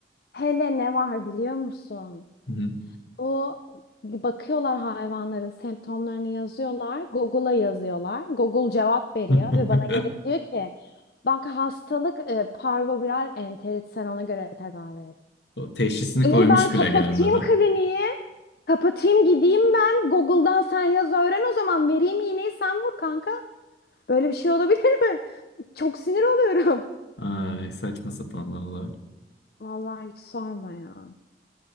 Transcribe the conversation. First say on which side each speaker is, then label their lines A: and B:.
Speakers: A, on the left; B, on the left.
A: Hele ne var biliyor musun?
B: Hı hı.
A: Bu bakıyorlar hayvanların semptomlarını yazıyorlar. Google'a yazıyorlar. Google cevap veriyor
B: <laughs>
A: ve bana gelip diyor ki bak hastalık e, parvoviral enterit sen ona göre tedavi et.
B: O teşhisini
A: İyi
B: koymuş
A: ben kapatayım
B: bile gelmeden.
A: kliniği. Kapatayım gideyim ben. Google'dan sen yaz öğren o zaman. Vereyim iğneyi sen vur kanka. Böyle bir şey olabilir mi? <laughs> Çok sinir oluyorum.
B: Ay saçma sapan vallahi.
A: Vallahi hiç sorma ya.